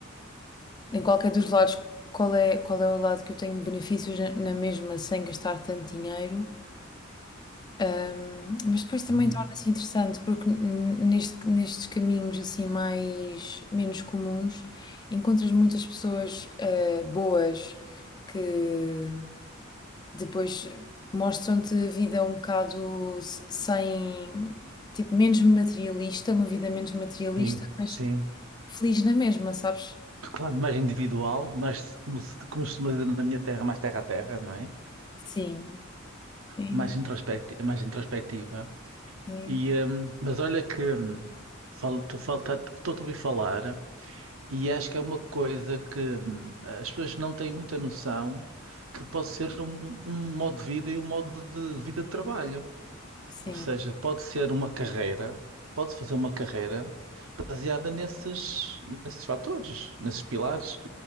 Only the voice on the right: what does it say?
Hum,
Sim,
sim.
claro, mais individual, mas como se, como se costuma dizer na minha terra, mais terra a terra, não é?
Mais introspecti mais introspectiva.
E, hum, mas olha que hum, fal- tu fal- tá- estou a ouvir falar e acho que é uma coisa que hum, as pessoas não têm muita noção que pode ser um, um modo de vida e um modo de vida de trabalho.
Ou seja, pode ser uma carreira, pode-se fazer uma carreira baseada nesses, nesses fatores, nesses pilares.